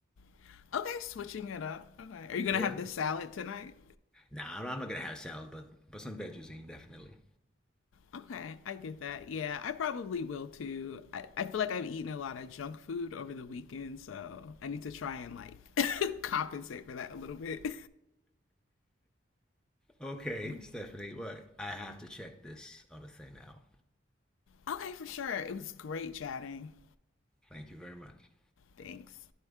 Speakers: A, on the left; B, in the centre.
A: <laughs> okay, switching it up. Okay, are you gonna
B: Yeah.
A: have the salad tonight?
B: Nah, I'm I'm not gonna have salad, but but some veggies in definitely.
A: Okay, I get that. Yeah, I probably will too. I, I feel like I've eaten a lot of junk food over the weekend, so I need to try and like <laughs> compensate for that a little bit.
B: Okay,
A: <laughs>
B: Stephanie, what? I have to check this other thing out.
A: okay, for sure. It was great chatting.
B: Thank you very much.
A: Thanks.